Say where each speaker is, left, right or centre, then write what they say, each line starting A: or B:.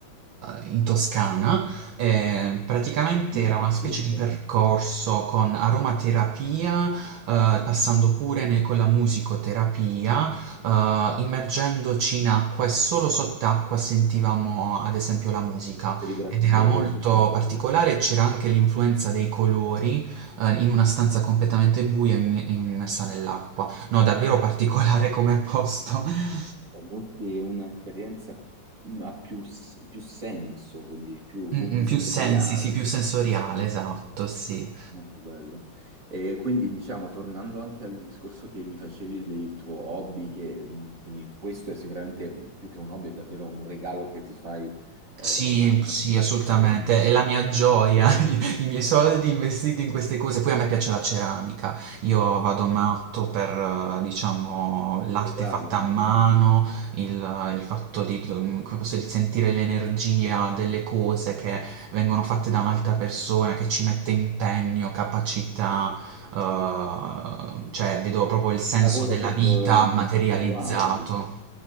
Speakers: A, on the right (about 75°); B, on the right (about 40°).
A: eh, in Toscana. E praticamente
B: Non
A: era
B: per
A: una specie
B: tutte.
A: di percorso con aromaterapia, eh, passando
B: Ah,
A: pure nel- con la musicoterapia, eh, immergendoci in acqua e solo sott'acqua sentivamo ad esempio la musica.
B: queste vibrazioni,
A: Ed era molto
B: che bello.
A: particolare,
B: no?
A: c'era anche l'influenza dei colori, ehm, in una stanza completamente buia immi immersa nell'acqua. No, davvero particolare come posto.
B: Cioè, molti- un'esperienza mhmm, ha più, s- più senso, quindi più multisensoriale.
A: Mh-mh, più sensi, sì, più sensoriale, esatto, sì.
B: Molto bello. E quindi diciamo, tornando anche al discorso che mi facevi del tuo hobby, che mh, quindi questo è sicuramente mh, più che un hobby, è davvero un regalo che ti fai eh,
A: Sì,
B: staccando
A: sì, assolutamente,
B: dalla-
A: è la mia
B: dallo
A: gioia,
B: schermo.
A: <laughs> i miei soldi investiti in queste cose. Poi a me piace la ceramica, io vado matto per, eh, diciamo, l'arte
B: Sei bravo,
A: fatta
B: il
A: a mano, il, il fatto di, mm, come posso dire, sentire l'energia delle cose che vengono fatte da un'altra persona, che ci mette impegno, capacità, eh, cioè vedo proprio il senso
B: lavoro
A: della
B: proprio
A: vita materializzato.
B: manuale,